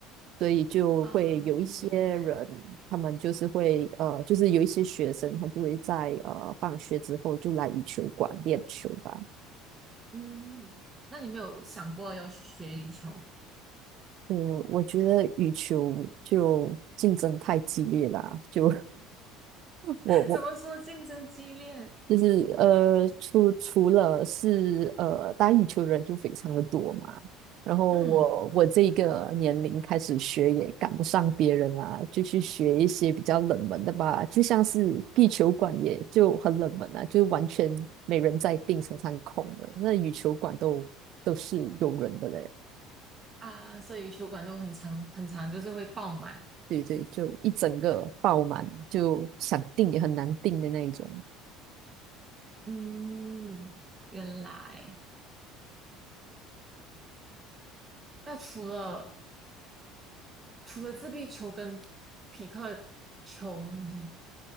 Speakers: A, on the right; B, on the right.
A: 所以就会有一些人，
B: 啊，原来，
A: 他们就是会呃，就是有一些学生，他就会在呃放学之后就来羽球馆练球吧。
B: 嗯，那你没有想过要去学羽球？
A: 嗯，我觉得羽球就竞争太激烈啦，就 <laughs>
B: <laughs>
A: 我我
B: 怎么说竞争激烈？
A: 就是呃，除除了是呃打羽球的人就非常的多嘛，然后我我这一个年龄开始学也赶不上别人啦、
B: 嗯
A: 就去学一些比较冷门的吧，就像是地球馆也就很冷门啊，就完全没人在订，常上空的。那羽球馆都都是有人的嘞，
B: 啊，所以羽球馆都很长很长，就是会爆满。
A: 对对，就一整个爆满，就想订也很难订的那一种。
B: 嗯，原来。那除了除了自闭球跟匹克球，你